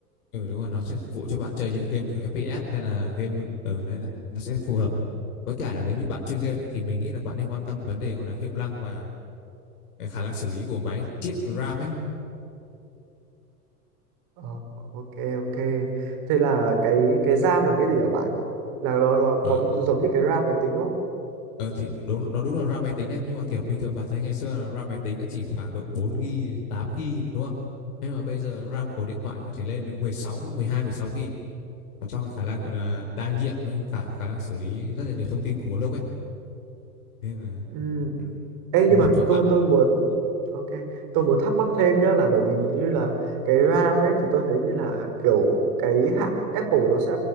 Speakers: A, on the left; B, on the right.
A: ừ đúng rồi nó sẽ phục vụ cho bạn chơi những game kiểu FPS hay là game ở đấy nó- sẽ phù hợp với cả là nếu như bạn chơi game ấy, thì mình nghĩ là bạn nên quan tâm vấn đề gọi là hiệu năng và khả năng xử lý của máy chip RAM ấy
B: Ờ, ok ok thế là cái cái RAM là cái gì hả bạn là nó, nó
A: Ờ,
B: có giống như cái RAM máy tính không
A: Ờ, thì đúng nó đúng là RAM máy tính đấy nhưng mà kiểu bình thường bạn thấy ngày xưa là RAM máy tính nó chỉ khoảng độ 4GB, 8GB nữa, đúng không? Nhưng mà bây giờ RAM của điện thoại nó có thể lên đến 16, 12, 16GB và cho cái khả năng gọi là đa nhiệm với cả khả năng xử lý rất là nhiều thông tin của một lúc ấy. Nên là
B: ừ
A: ừ,
B: Ê,
A: phù
B: nhưng
A: hợp
B: mà
A: cho bạn.
B: tôi tôi muốn ok tôi muốn thắc mắc thêm nhá là bởi vì như là cái RAM ấy thì tôi thấy như là kiểu cái hãng Apple nó sẽ